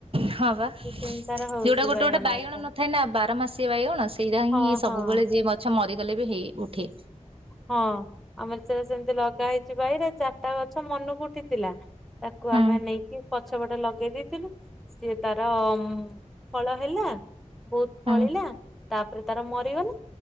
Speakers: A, on the right (about 45°); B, in the centre.
A: ହଁ ବା
B: ସେମିତି
A: ଯୋଉଟା
B: ତାର ହଉଛି
A: ଗୋଟେ ଗୋଟେ ବାଇଗଣ
B: ଗଛ।
A: ନଥାଏ ନା ବାର ମାସି ବାଇଗଣ ସେଇଟା
B: ହଁ
A: ହିଁ ସବୁବେଳେ
B: ହଁ
A: ଯିଏ ଗଛ ମରି ଗଲେ ବି ହେଇ ଉଠେ।
B: ହଁ ଆମର ସେ ସେମିତି ଲଗା ହେଇକି ସେବାଇରେ ଚାରିଟା ଗଛ ମନକୁ ଉଠିଥିଲା। ତାକୁ
A: ହୁଁ
B: ଆମେ ନେଇକି ପଛ ପଟା ଲଗେଇ ଦେଇଥିଲୁ ସିଏ ତାର ଫଳ ହେଲା ବହୁତ
A: ହୁଁ
B: ଫଳିଲା ତାପରେ ତାର ମରିଗଲା